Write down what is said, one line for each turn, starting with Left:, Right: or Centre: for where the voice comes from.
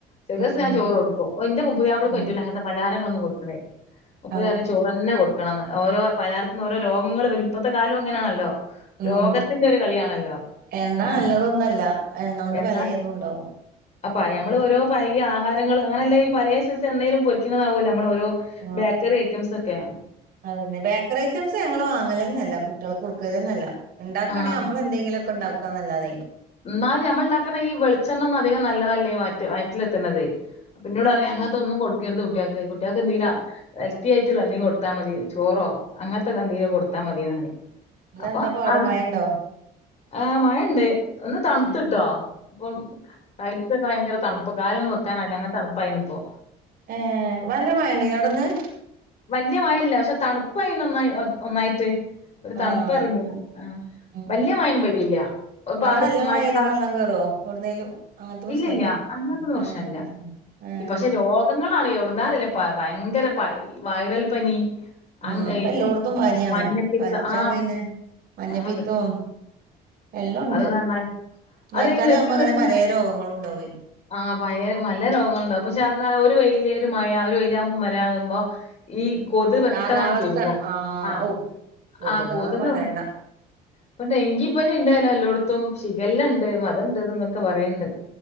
Left: ചെലേസം
Right: ഉം
Left: ഞാൻ ചോറ് കൊടുകും. എന്റെ പുതിയാപ്പളക്
Right: ഉം
Left: പറ്റൂല അങ്ങനതെ പലഹാരങ്ങളൊന്നും കൊടുക്കണെ. മൂപ്പരറിം
Right: ആ,
Left: ചോ തന്നെ കൊടുക്കണംന്ന് ഓരോ പലാരത്തി നിന്ന് ഓരോ രോഗങ്ങൾ വരും ഇപ്പത്തെ കാലം അങ്ങനാണല്ലോ.
Right: ഉം
Left: രോഗത്തിന്റെ ഒരു കളിയാണല്ലോ.
Right: എണ്ണ
Left: ആഹ്
Right: നല്ലതൊന്നല്ല എണ്ണോണ്ട്
Left: എണ്ണ
Right: പലേതും ഉണ്ടാവും.
Left: അപ്പ യമ്മൾ ഓരോ പഴകിയ ആഹാരങ്ങൾ അങ്ങനെല്ല ഈ പലേസെസ് എണ്ണേലും പൊരിക്കുന്നതാവോലോ നമ്മൾ ഓരോ
Right: ഉം
Left: ബേക്കറി ഐറ്റംസ് ഒക്കെ.
Right: അതന്നെ ബേക്കറി ഐറ്റംസ് ഞങ്ങൾ വാങ്ങലന്നേ ഇല്ല കുട്ടികൾക്ക് കൊടുക്കലന്നല്ല. ഇണ്ടാക്കാണെങ്കിൽ
Left: ആഹ്
Right: അമ്മള് എന്തെങ്കിലൊക്കെ ഉണ്ടാക്കാ എന്നല്ലാതെ.
Left: ഇന്നാലും ഞമ്മൾ ഇണ്ടാക്ണ ഈ വെളിച്ചെണ്ണ ഒന്നും അധികം നല്ലതല്ല ഈ ഇവയ്റ്റ് വയറ്റിലെത്തണത്. പിന്നോടർഞ് അങ്ങൻത്തൊന്നും കൊട്ക്കര്ത് കുട്ട്യേൾക്ക് കുട്ട്യേക്ക് എന്തേലാ ഹെൽത്തി ആയിട്ടുള്ള എന്തീം കൊടുത്താ മതി ചോറോ അങ്ങൻത്തെതെന്തേലും കൊടുത്താൽ മതിന്ന് പറിം
Right: ഇന്നെന്താ
Left: അപ്പൊ
Right: പാട്
Left: ആഹ്
Right: മഴണ്ടോ
Left: ആഹ് മഴണ്ട് ഒന്ന് തൺത്ത്ട്ടോ
Right: ഏഹ്
Left: അപ്പം ടൈൽസൊക്കെ ഭയങ്കര തണുപ്പ് കാലൊന്നും വെക്കാനാവില്ല അങ്ങൻ തണുപ്പായിനി ഇപ്പോ
Right: ഏഹ് വല്ല മഴ ഉണ്ടായിനോ അവിടെന്ന്?
Left: വല്ല്യ മഴല്ല പക്ഷെ തണുപ്പായി നന്നായി നന്നായിട്ട് ഒരു
Right: ആഹ്
Left: തണുപ്പ ഇറങ്ങിണ്. ആഹ്
Right: ഉം
Left: വല്ല്യ മഴന്നും പെയ്തില്ല.
Right: അവിടെ
Left: പാറി
Right: നല്ല
Left: മഴപ്പാ
Right: മഴെയ്താ വെള്ളം കേറുവോ എവിടുന്നേലും അങ്ങനത്തെ പ്രശ്നണ്ടോ
Left: ഇല്ലല്ല അങ്ങത്തൊന്നും പ്രശ്നം
Right: ഏഹ്
Left: ഇല്ല
Right: ഏഹ്
Left: ഇ പക്ഷെ രോഗങ്ങളാണ് എവിടുന്നാ അറീല പ വയങ്കര വൈറൽ പനി
Right: ഉം
Left: അങ് ഏഹ്
Right: ഇപ്പല്ലോട്ത്തും പനിയാണ്.
Left: മഞ്ഞപ്പിത്ത
Right: പൻച്ചാ
Left: ആഹ്
Right: പയ്നെ മഞ്ഞപ്പീത്തും
Left: ആന്ന്
Right: എല്ലുണ്ട്
Left: അത് ന്ന് പറഞ്ഞാൽ
Right: മഴക്കാല
Left: അത് ഈ നിർത്തി
Right: ആവുമ്പോ അങ്ങനെ
Left: നിർത്തി
Right: പലേ രോഗങ്ങളും ഉണ്ടാവെയ്
Left: ആഹ് പയെ മല്ല രോഗങ്ങളുണ്ടാവും പക്ഷെ അന്ന ഒരു വെയില് ഒരു മഴ ഒരു വെയില് ആകുമ്പം വരാറുമ്പോ ഈ കൊതു പെട്ടെന്നങ്ങ്
Right: കാലാവസ്ഥ
Left: പെരുകും. ആഹ്
Right: ഔ കൊതുകളെ
Left: ആഹ് കൊതുക്
Right: പറയണ്ട
Left: ഇപ്പം ഡെങ്കി പനി ഇണ്ടേലോ എല്ലോട്ത്തും ഷിഗല്ലണ്ട് മതണ്ട് ഇത് ന്നൊക്കെ പറിണ്ട്